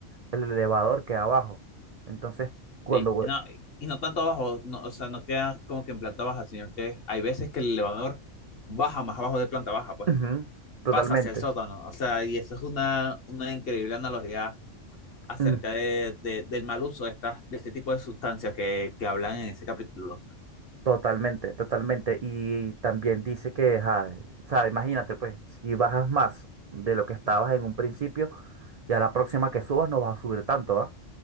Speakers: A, on the right (about 80°); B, on the left (about 55°).
A: el elevador queda abajo. Entonces, cuando...
B: Sí,
A: vuel-
B: y no, y no tanto abajo, no, o sea, no queda como que en planta baja, sino que hay veces que el elevador baja más abajo de planta baja, pues
A: Ujú, totalmente,
B: pasa hacia el sótano, o sea, y eso es una, una increíble analogía acerca
A: mm,
B: de, de- del mal uso de, estas, de este tipo de sustancias que, que hablan en ese capítulo.
A: totalmente, totalmente. Y también dice que, ajá, o sea, imagínate pues, si bajas más de lo que estabas en un principio, ya la próxima que subas no vas a subir tanto, ¿ah?